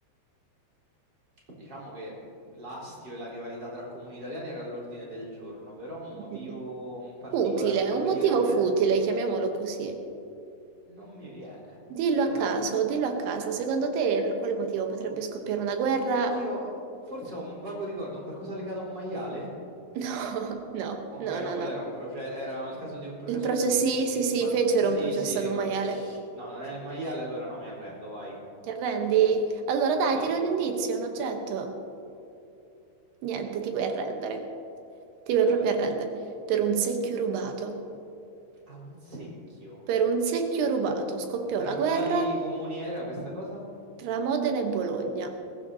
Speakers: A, on the right; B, on the right.
A: Diciamo che l'astio e la rivalità tra comuni italiani era all'ordine del giorno, però un motivo
B: Mm, mm, mm.
A: in particolare
B: Futile,
A: o comunque
B: un motivo
A: divertente
B: futile, chiamiamolo così.
A: non mi viene,
B: Dillo
A: mi arrendo.
B: a caso, dillo a caso, secondo te per quale motivo potrebbe scoppiare una guerra?
A: Oddio,
B: <laughs>
A: forse ho un vago ricordo, un qualcosa legato a un maiale?
B: No, no,
A: Ok,
B: no, no,
A: no, quello
B: no.
A: era un processo, era il caso di un processo
B: Il processo,
A: in cui fu messo,
B: sì, sì, sì,
A: ma
B: fecero
A: sì,
B: un processo
A: sì, ricordo.
B: ad un maiale.
A: No, non è il maiale, allora no, mi arrendo, vai.
B: Ti arrendi? Allora dai,
A: Sì,
B: tira un indizio, un oggetto. Niente, ti vuoi arrendere. Ti
A: mi
B: vuoi
A: arrendo.
B: proprio arrendere. Per un secchio rubato.
A: Ha un secchio.
B: Per un secchio rubato scoppiò
A: Tra
B: una guerra
A: quali comuni era questa cosa?
B: tra Modena e Bologna.